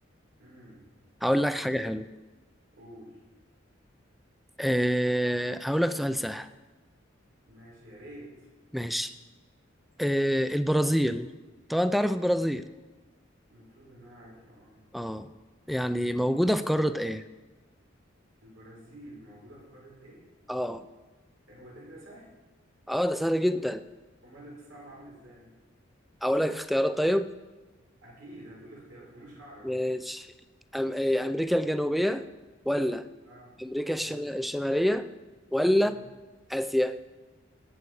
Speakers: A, on the right; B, in the centre.
A: امم
B: هقول لك
A: طب
B: حاجة حلوة
A: قول
B: آه، هقول لك سؤال سهل
A: ماشي يا ريت
B: ماشي آه، البرازيل طبعا انت عارف البرازيل
A: المفروض ان انا عارفها اه
B: اه يعني موجودة في قارة ايه
A: البرازيل موجودة في قارة ايه
B: اه
A: إيه هو ده كده سهل
B: اه ده سهل جدا
A: امال الصعب عامل ازاي
B: اقول لك اختيارات طيب
A: اكيد هتقولي اختيارات ومش هعرف
B: ماشي أم... إيه، امريكا الجنوبية ولا
A: اه
B: امريكا الشم...
A: ولا
B: الشمالية ولا
A: امم
B: اسيا